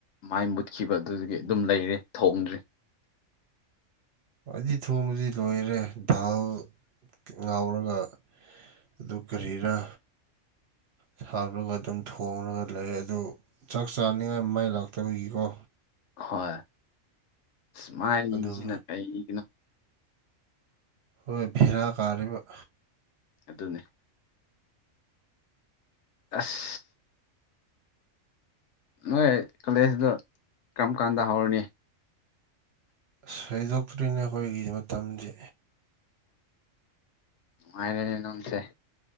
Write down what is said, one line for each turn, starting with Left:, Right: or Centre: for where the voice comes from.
Left: ꯃꯥꯏ ꯃꯨꯠꯈꯤꯕ ꯑꯗꯨꯒꯤ ꯑꯗꯨꯝ ꯂꯩꯔꯦ ꯊꯣꯡꯗ꯭ꯔꯤ
Right: ꯑꯩꯗꯤ ꯊꯣꯡꯕꯁꯤ ꯂꯣꯏꯔꯦ ꯗꯥꯜ ꯉꯥꯎꯔꯒ ꯑꯗꯨ ꯀꯔꯤꯔ ꯁꯥꯄꯒ ꯑꯗꯨꯝ ꯊꯣꯡꯉꯒ ꯂꯩ ꯑꯗꯨ ꯆꯥꯛ ꯆꯥꯅꯤꯡꯉꯥꯏ ꯃꯥꯏ ꯂꯥꯛꯇꯕꯒꯤꯀꯣ
Left: ꯍꯣꯏ ꯏꯁꯃꯥꯏꯜꯁꯤꯅ
Right: ꯑꯗꯨꯝ
Left: ꯀꯔꯤꯒꯤꯒꯤꯅꯣ
Right: ꯑꯩꯈꯣꯏ ꯚꯦꯔꯥ ꯀꯥꯔꯤꯕ
Left: ꯑꯗꯨꯅꯤ ꯑꯁ ꯅꯣꯏ ꯀꯣꯂꯦꯖꯇ ꯀꯔꯝ ꯀꯥꯟꯗ ꯍꯧꯔꯅꯤ
Right: ꯁꯣꯏꯗꯣꯛꯇ꯭ꯔꯤꯅ ꯑꯩꯈꯣꯏꯒꯤ ꯃꯇꯝꯗꯤ
Left: ꯃꯥꯏꯅꯦ ꯅꯣꯟꯁꯦ